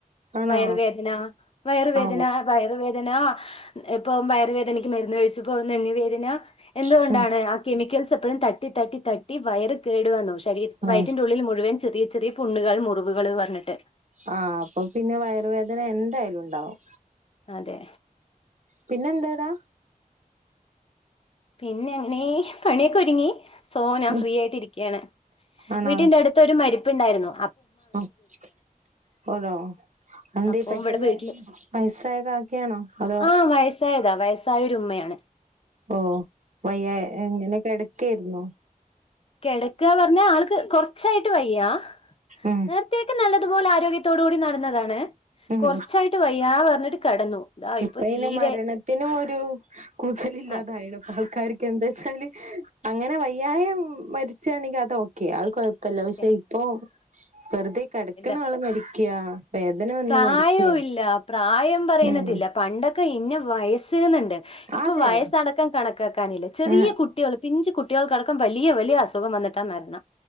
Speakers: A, on the right (about 55°); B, on the left (about 40°).
A: ആണോ
B: വയറുവേദന വയറുവേദന
A: ആ
B: വയറുവേ ദന ഇപ്പം വയറുവേദനയ്ക്ക് മരുന്ന് കഴിച്ചുപ്പോ നെഞ്ഞ് വേദന എന്തുകൊണ്ടാണ്
A: ഉം
B: ആ കെമിക്കൽസ് എപ്പഴും തട്ടി തട്ടി തട്ടി വയറ് കേടു വന്നു ശരീ
A: ആ
B: വയറ്റിറെ ഉള്ളിൽ മുഴുവൻ ചെറിയ ചെറിയ പുണ്ണുകൾ മുറിവുകൾ പറഞ്ഞിട്ട്
A: ആഹ് അപ്പൊ പിന്നെ വയറുവേദന എന്തായാലും ഉണ്ടാവും
B: അതെ
A: പിന്നെന്താടാ
B: പിന്നെ അങ്ങനെ പണിയൊക്കെ ഒരുങ്ങി സോ ഞാൻ
A: ഉം
B: ഫ്രീ ആയിട്ട് ഇരിക്കയാണ്
A: ആണോ
B: വീട്ടിന്റെ അടുത്ത് ഒരു മരിപ്പ്ണ്ടായിരുന്നു
A: ആ <unintelligible> എന്തേ
B: അപ്പൊ
A: പെട്ടെന്ന്
B: ഇവിടെ വീട്ടില്
A: വയസ്സായ കാക്കയാണോ അതോ
B: ആഹ് വയസ്സായതാ വയസ്സായൊരു ഉമ്മയാണ്
A: ഓ വയ്യ ഇങ്ങനെ കിടക്കായിരുന്നു
B: കിടക്ക പറഞ്ഞാ ആൾക്ക് കൊറച്ചായിട്ട് വയ്യാ
A: ഉം
B: നേരത്തേക്ക് നല്ല തു പോലെ ആരോഗ്യത്തോട് കൂടി നടന്നതാണ്
A: ഉം
B: കുറച്ചായിട്ട് വയ്യാ പറഞ്ഞിട്ട് കെടന്നു ഇതാ
A: ഇപ്പ
B: ഇപ്പൊ
A: അയ്‌ന്
B: തീരെ
A: മരണത്തിനും ഒരു കൂസൽ ഇല്ലാതായിണ്
B: അതെ
A: ഇപ്പ ആൾക്കാർക്ക് എന്താച്ചാല് അങ്ങനെ വയ്യായം മരിച്ചാണെങ്കി അത ഓക്കെ അത് കൊഴപ്പല്ല
B: ഓക്കെ
A: പക്ഷെ ഇപ്പൊ വെറുതെ കെടക്ക്ണ
B: എന്താ
A: ആള് മരിക്ക <unintelligible> വേദന വന്ന്
B: പ്രായവും
A: മരിക്ക
B: ഇല്ല പ്രായം പറയണതില്ല
A: ഉം
B: പണ്ടൊക്കെ ഇന്ന വയസ്ന്നുണ്ട് ഇപ്പൊ
A: അതെ
B: വയസടക്കം കണക്കാക്കാനില്ല ചെറിയ
A: ആ
B: കുട്ടികൾ പിഞ്ച് കുട്ടികൾ കണ വലിയ വലിയ അസുഖം വന്നിട്ടാ മരണം